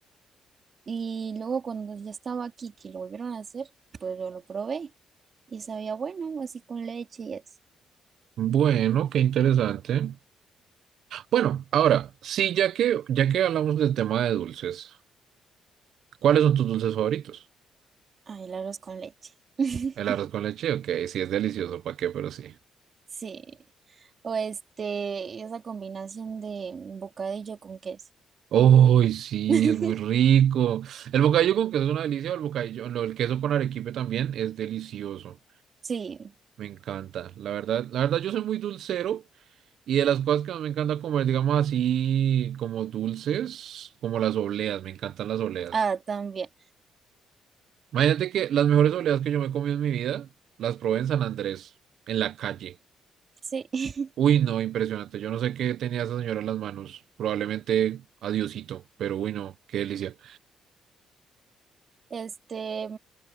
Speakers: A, on the right; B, on the right.
A: Y luego cuando ya estaba aquí, que lo volvieron a hacer, pues yo lo probé y sabía bueno, así con leche y eso.
B: Bueno, qué interesante. Bueno, ahora, sí, ya que, ya que hablamos del tema de dulces, ¿cuáles son tus dulces favoritos?
A: Ay, el arroz con leche. <laughs>
B: El arroz con leche, ok, sí, es delicioso, ¿para qué? Pero sí.
A: Sí. O este, esa combinación de bocadillo con queso.
B: Uy, sí,
A: <laughs>
B: es muy rico. El bocadillo con queso es una delicia, o el bocadillo, no, el queso con arequipe también es delicioso.
A: Sí.
B: Me encanta. La verdad, la verdad, yo soy muy dulcero. Y de las cosas que más me encanta comer, digamos así, como dulces, como las obleas, me encantan las obleas.
A: Ah, también.
B: Imagínate que las mejores obleas que yo me he comido en mi vida, las probé en San Andrés, en la calle.
A: Sí. <laughs>
B: Uy, no, impresionante. Yo no sé qué tenía esa señora en las manos. Probablemente adiosito, pero uy, no, qué delicia.
A: Este,